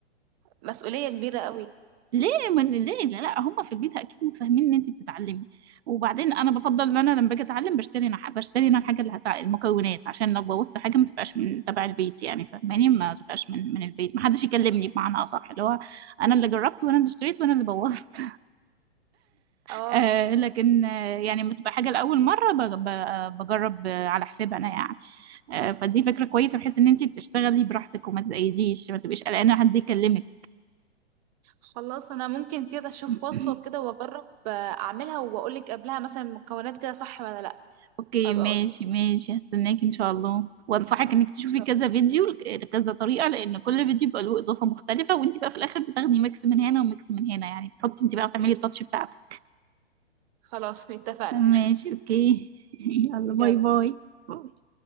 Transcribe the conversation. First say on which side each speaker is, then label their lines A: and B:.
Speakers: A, on the right; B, on the right.
A: مسؤولية كبيرة أوي
B: ليه من ليه لا, لا هم في البيت اكيد متفاهمين ان انت بتتعلمي وبعدين انا بفضل ان انا لما باجي اتعلم بشتري انا بشتري انا الحاجه اللي هتع... المكونات عشان لو بوظت حاجه ما تبقاش من تبع البيت يعني فاهماني ما تبقاش من من البيت ما حدش يكلمني بمعنى اصح اللي هو انا اللي جربت وانا اللي اشتريت وانا اللي بوظت
A: اه
B: آه لكن آه يعني لما تبقى حاجه لاول مره بج- ب- بجرب آه، على حساب انا يعني آه فدي فكره كويسه بحيث ان انت بتشتغلي براحتك وما تتقيديش ما تبقيش قلقانه حد يكلمك
A: خلاص أنا ممكن كده أشوف
B: <laughs>
A: وصفة كده وأجرب آه، أعملها وأقولك قبلها مثلا المكونات كده صح ولا لأ
B: <clears throat> اوكي
A: فأبقى
B: ماشي
A: أقولك
B: ماشي هستناك ان شاء الله وانصحك انك تشوفي
A: إن شاء
B: كذا
A: الله
B: فيديو لك- لكذا طريقه لان كل فيديو بيبقى له اضافه مختلفه وانت بقى في الاخر بتاخدي ميكس من هنا وميكس من هنا يعني بتحطي انت بقى بتعملي التاتش بتاعتك
A: خلاص اتفقنا
B: آه، ماشي اوكي <laughs> يلا باي
A: يلا
B: باي باي.